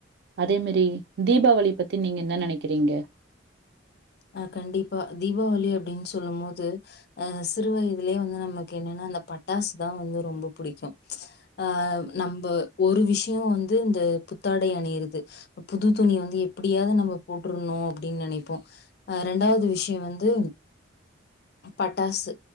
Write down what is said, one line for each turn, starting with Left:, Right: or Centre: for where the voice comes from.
Right: அதே மேரி தீபாவளி பத்தி நீங்க ன்ன நெனைக்கிறீங்க
Left: அஹ் கண்டிப்பா தீபாவளி அப்டின் சொல்லும் போது அஹ் சிறு வயதிலயே வந்து நமக்கு என்னன்னா அந்த பட்டாசு தா வந்து ரொம்ப புடிக்கு ப்ச் அஹ் நம்ப ஒரு விஷ்யோ வந்து இந்த புத்தாடை அணியிறது புது துணி வந்து எப்பிடியாவ்து நம்ப போட்ருணு அப்டின் நெனைப்போ அஹ் ரெண்டாவ்து விஷ்யோ வந்து பட்டாசு